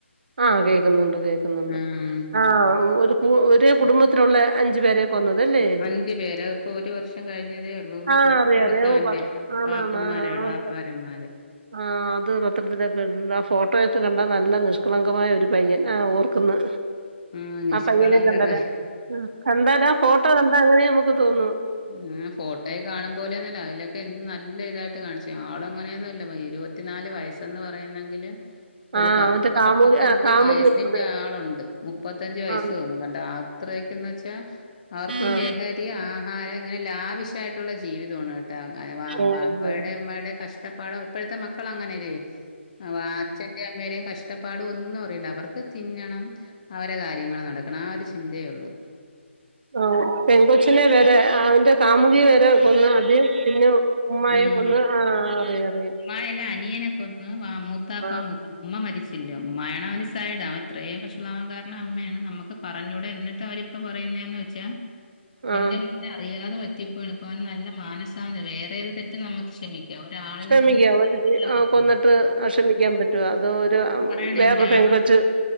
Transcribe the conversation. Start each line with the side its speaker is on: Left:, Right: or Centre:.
Right: ആഹ് കേക്ക്ന്നുണ്ട് കേക്ക്ന്നുണ്ട്
Left: ഉം
Right: ആഹ് ഒരു പൂ ഒര് കുടുംബത്തിലുള്ളെ അഞ്ച് പേരെ കൊന്നത് അല്ലേ
Left: അഞ്ചു പേര് ഇപ്പൊ ഒരു വർഷം കഴിഞ്ഞതേ ഉള്ളൂ ഇവിടെ
Right: ആഹ്
Left: തൊട്ടടുത്ത
Right: അറിയാ അറിയാം
Left: അവന്റെ
Right: ഓഹ് പ ആന്നാന്ന്
Left: പാപ്പന്മാരോട്
Right: ആഹ്
Left: വാപ്പാരന്മാര്
Right: <unintelligible> ആഹ് അത് പത്രത്തിലൊക്കെ ആ ഫോട്ടോയൊക്കെ കണ്ടാ നല്ല നിഷ് കളങ്കമായ ഒരു പയ്യൻ ആഹ് ഓർക്ക്ന്ന്
Left: ആ നിഷ്കളങ്കത
Right: ആഹ് പയ്യനെ കണ്ടത് ഉം കണ്ടാല് ആ ഫോട്ടോ കണ്ടാ അങ്ങെനേ നമ്ക്ക് തോന്നൂ
Left: ഉം ഫോട്ടോയി കാണും പോലെയൊന്നു അല്ല അയ്ലൊക്കെ എൻ നല്ല ഇതായ് ട്ട് കാൺച്ച് ആള് അങ്ങനെയൊന്നു അല്ല പ ഇരുപത്തിനാല് വയസ്സെന്ന് പറയ്ന്നെങ്കില് ഒര്
Right: ആഹ്
Left: പത്ത്
Right: അവന്റെ കാമുകി
Left: മുപ്പത്തഞ്ച്
Right: ആഹ് കാമുകി
Left: വയസ്സിന്റെ
Right: ഉൾപ്പെടെ
Left: ആളുണ്ട് മുപ്പത്തഞ്ച്‌ വയസ്
Right: ആഹ്
Left: തോന്നും കണ്ടാ അത്രയ്ക്കുംന്ന്വെച്ചാ അവർക്ക് ഈ
Right: ആഹ്
Left: ലഹരി ആഹാരം ഇങ്ങനെ ലാവിശ്വായിട്ടുള്ള ജീവിതാണ്
Right: ഓഹ്
Left: വാപ്പാടെ ഇമ്മാടെ കഷ്ടപാട് ഇപ്പഴത്തെ മക്കളങ്ങനെയെല്ലെ ആഹ് അച്ഛന്റെയും അമ്മയ്ടെയും കഷ്ടപാട് ഒന്നും അറിയണ്ട അവർക്ക് തിന്നണം അവരെ കാര്യങ്ങള്നടക്കണം ആ ഒരു ചിന്തേയൊള്ളൂ
Right: ആഹ് പെൺകൊച്ചിനെ വരെ അവന്റെ കാമുകിയെ വരേ കൊന്നാദ്യം പിന്നെ ഉമ്മായെ
Left: ഉം
Right: കൊന്ന് ആഹ് അറിയാം അറിയാം
Left: ഉമ്മായല്ല അനിയനെ കൊന്ന് മൂത്താപ്പ
Right: ആഹ്
Left: മൂത്ത ഉമ്മ മരിച്ചില്ല ഉമ്മ അയിന് അവൻ സൈഡാ അവന് ഇത്രേയും വശളാവാൻ കാരണം അമ്മേണ് അമ്മക്ക് പറഞ്ഞൂടെ എന്നിട്ട് അവരിപ്പ പറയുന്നേന്ന് വെച്ചാ
Right: ആഹ്
Left: എന്റെ മോന് അറിയാതെ പറ്റി പോയതാ ഇപ്പവന് നല്ല മാനസാണ് വേറേത് തെറ്റും ന്നമ്മക്ക് ക്ഷമിക്ക ഒരാളിനെ
Right: ക്ഷമിക്കാം
Left: <unintelligible>
Right: ഒരു
Left: ഒുര്മിക്കാൻ
Right: ജീ ആഹ്
Left: പറ്റോ
Right: കൊന്നിട്ട് ക്ഷമിക്കാൻ പറ്റുവോ അതോ ഒരു
Left: ആ
Right: ഉം,
Left: പറയണില്ല
Right: വേറൊരു പെങ്കൊച്ച്
Left: അവൻ